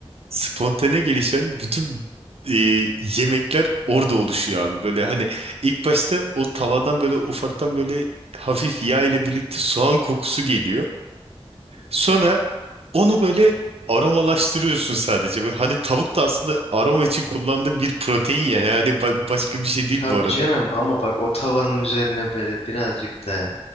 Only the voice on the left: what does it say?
Tabii
canım ama bak o tavanın üzerine böyle birazcık da